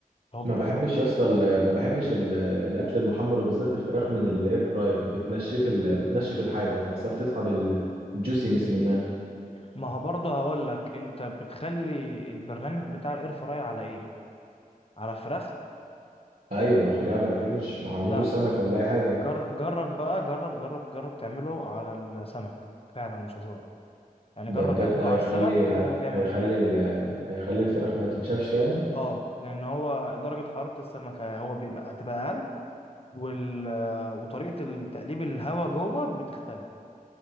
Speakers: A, on the left; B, on the right.
A: هو بيبقى
B: ما بحبش
A: فاهم
B: يا اسطى ال- ما بحبش ال- الاكل المحمر وبالذات الفراخ من الاير فراير بتنشف ال... بتنشف الحاجه بحسها بتسحب الجوسينس منها
A: ما هو برضه هقول لك انت بتخلي البرنامج بتاع الاير فراير على ايه على الفراخ
B: ايوه بخليه على اكيد مش بعمل
A: لا
B: له سمك ولا اي حاجه
A: جر... جرب بقى جرب جرب جرب تعمله على السمك فعلا مش هزار يعني
B: ده
A: جرب
B: بجد
A: اعمله
B: هيخلي
A: على السمك وهو بيعمل
B: هيخلي
A: فراخ
B: ال... هيخلي الفراخ ما تنشفش يعني
A: اه لان هو درجة حرارة السمك هو بيبقى هتبقى اقل وال... وطريقة تقليب الهواء جوه بتختلف